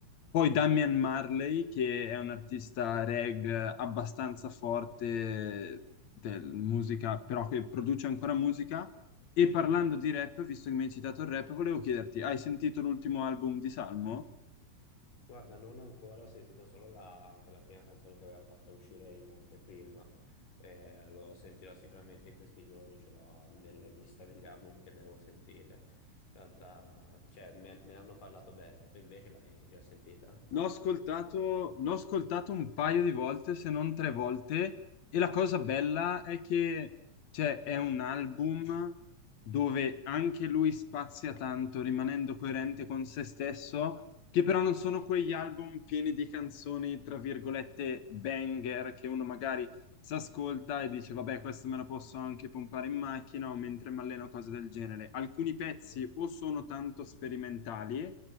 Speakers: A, on the left (about 60°); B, on the left (about 85°).
A: poi
B: Sì.
A: Damian Marley, che è un artista reg abbastanza forte del musica, però che produce ancora musica. E parlando di rap, visto che mi hai citato il rap, volevo chiederti, hai sentito l'ultimo album di Salmo?
B: Guarda, non ancora, ho sentito solo la, quella prima canzone che aveva fatto uscire in anteprima, Eh, lo sentirò sicuramente in questi giorni, ce l'ho nella lista degli album che devo sentire. In realtà, cioè, me, me ne hanno parlato bene, tu invece l'hai già sentita?
A: L'ho ascoltato, l'ho ascoltato un paio di volte, se non tre volte, e la cosa bella è che cioè, è un album dove anche lui spazia tanto, rimanendo coerente con se stesso, che però non sono quegli album pieni di canzoni, tra virgolette, banger, che uno magari si ascolta e dice, vabbè, questo me lo posso anche pompare in macchina o mentre mi alleno, cose del genere. Alcuni pezzi
B: Sì.
A: o sono tanto sperimentali